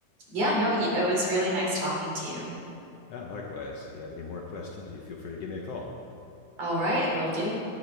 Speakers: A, on the right (about 50°); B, on the left (about 65°).
A: Yeah, no, y- it was really nice talking to you.
B: Uh, likewise, if you have any more questions, you feel free to give me a call.
A: All right, will do.